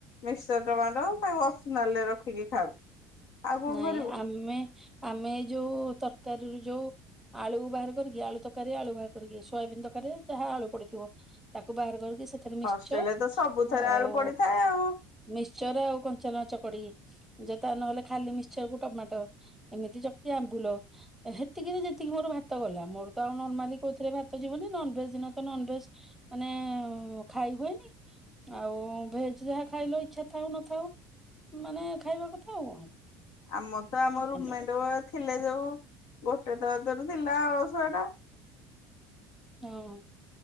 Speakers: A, on the left; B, in the centre.
A: ମିସ୍କଚର ଟମାଟୋ ତାକୁ ଅପସନାଲ ରେ ରଖିକି ଖାଉ ଆଉ କଣ
B: ନାଇଁ
A: କରିବୁ
B: ଆମେ ଆମେ ଯୋଉ ତରକାରୀରୁ ଯୋଉ ଆଳୁ ବାହାର କରିକି ଆଳୁ ତରକାରୀ ଆଳୁ ବାହାର କରିକି ସୋୟାବିିନ ତରକାରୀ ଯାହା ଆଳୁ ପଡିଥିବ ତାକୁ ବାହାର କରିକି ସେଥିରେ ମିିକ୍ସର
A: ହଷ୍ଟେଲରେ ତ ସବୁଥେରେ
B: ଆଉ
A: ଆଳୁ ପଡିଥାଏ ଆଉ
B: ମିକ୍ସଚର ଆଉ କଞ୍ଚା ଲଙ୍କା ଚକଡି ଯତା ନହେଲେ ଖାଲି ମିକ୍ଚର କୁ ଟମାଟୋ ଏମିତି ଚକଟି ଆମ୍ବୁଲ ସେତିକିରେ ଯେତିକି ମୋର ଭାତ ଗଲା। ମୋର ତ ଆଉ ନର୍ମାଲି କୋଉଥିଲେ ଭାତ ଯିବନି ନନଭେଜ୍ ଦିନ ତ ନନଭେଜ୍ ମାନେ ଖାଇ ହୁଏନି ଆଉ ଭେଜ୍ ଯାହା ଖାଇଲେ ଇଚ୍ଛା ଥାଉ ନଥାଉ ମାନେ ଖାଇବା କଥା ଆଉ କଣ?
A: ଆମର ତ ଆମ
B: ଆଉ
A: ରୁମମେଟ।
B: କଣ
A: ଥିଲେ ଯୋଉ ଗୋଟେ ଦର ଦରୁ ଥିଲା ଶୁଆ ଟା।
B: ହଁ।